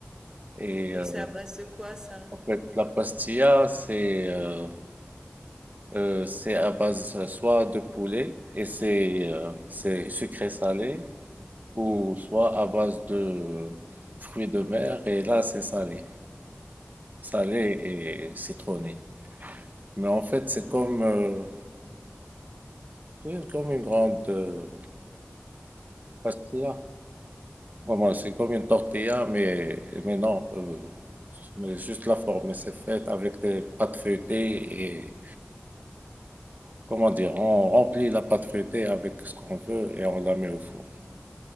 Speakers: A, on the right; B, on the right.
A: Et
B: Donc
A: euh,
B: c'est à base de quoi ça?
A: en fait, la pastilla, c'est euh, euh, c'est à base soit de poulet et c'est euh, c'est sucré salé, ou soit à base de fruits de mer et là c'est salé, salé et citronné. Mais en fait, c'est comme euh, c'est comme une grande euh, pastilla. Vraiment, c'est comme une tortilla, mais, mais non, euh, mais juste la forme. C'est fait avec des pâtes feuilletées et, comment dire, on remplit la pâte feuilletée avec ce qu'on veut et on la met au four.